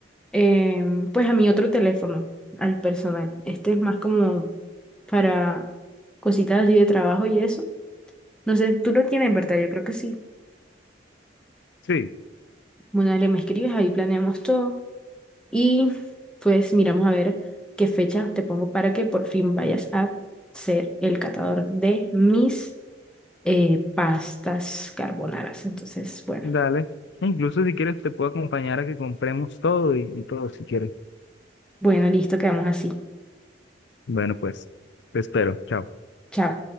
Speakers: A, in the centre; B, on the left.
A: em, pues a mi otro teléfono, al personal. Este es más como para cositas así de trabajo y eso. No sé, tú lo tienes, ¿verdad? Yo creo que sí.
B: Sí,
A: Bueno, dale, me escribes, ahí planeamos todo y pues miramos a ver qué fecha te pongo para que por fin vayas a ser el catador de mis eh, pastas carbonaras. Entonces, bueno,
B: dale. Incluso si quieres te puedo acompañar a que compremos todo y y todo si quieres.
A: bueno, listo, quedamos así.
B: Bueno, pues te espero. Chao.
A: Chao.